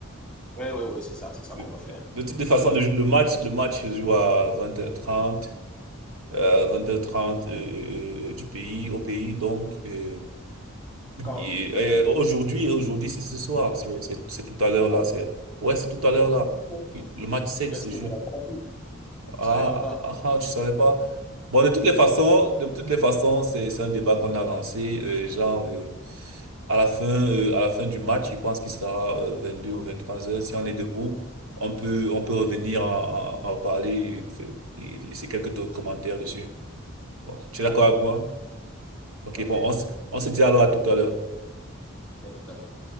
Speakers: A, in the centre; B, on the right.
A: oui, oui, c'est ça, c'est ça
B: De,
A: qu'on va faire.
B: de toutes les façons, le, le match, le match se joue à vingt h 30 euh, 20h30 euh, euh, euh, du pays, au pays. Donc, euh,
A: Quand?
B: et- et aujourd'hui, aujourd'hui, c'est ce soir. C'est c'est- c'est tout à l'heure
A: Ah
B: là.
A: bon?
B: C'est, ouais, c'est tout à l'heure là.
A: Oh,
B: Le match 7
A: Merci
B: se joue.
A: de la partie,
B: Ah,
A: Je savais même pas.
B: ah, ah, tu savais pas. Bon, de toutes les façons,
A: Ok,
B: de toutes les façons, c'est c'est un débat qu'on a lancé. euh, genre, euh, à la fin, euh, à la fin du match, je pense qu'il sera euh, 22 ou 23 heures. Si on est debout, on peut, on peut revenir en, en, en parler et, f- et laisser quelques to- commentaires dessus. Bon, tu es d'accord
A: d'accord.
B: avec moi? Ok,
A: Ok,
B: bon,
A: à
B: on, s- on se dit alors à tout à l'heure.
A: tout à l'heure.